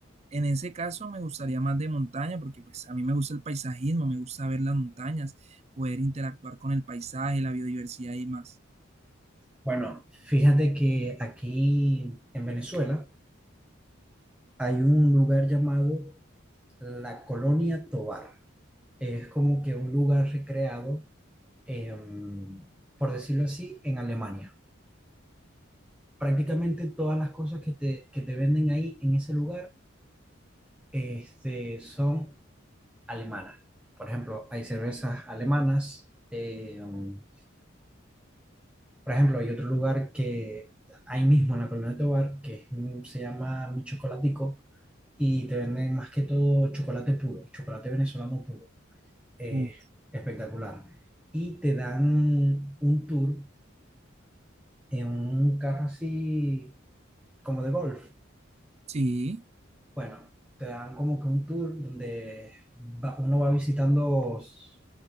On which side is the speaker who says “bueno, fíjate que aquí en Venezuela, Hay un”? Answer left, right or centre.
Centre